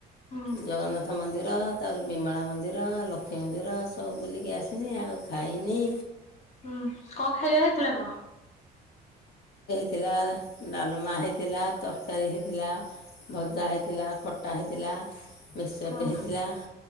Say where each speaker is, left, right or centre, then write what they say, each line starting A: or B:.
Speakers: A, on the left; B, on the left.
A: ହୁଁ
B: ଜଗନ୍ନାଥ ମନ୍ଦିର। ତାପରେ ବିମଳା ମନ୍ଦିର, ଲକ୍ଷ୍ମୀ ମନ୍ଦିର ସବୁ ବୁଲିକି ଆସିନି। ଆଉ ଖାଇନି।
A: ହୁଁ। କଣ ଖାଇବା ହେଇଥିଲା କଣ?
B: ଥିଲା ଡାଲମା ହେଇଥିଲା ତର କାରୀ ହେଇଥିଲା, ଭଜା ହେଇଥିଲା, ଖଟା ହେଇଥିଲା, ମିକ୍ସଚର
A: ହଁ
B: ଟେ ହେଇଥିଲା।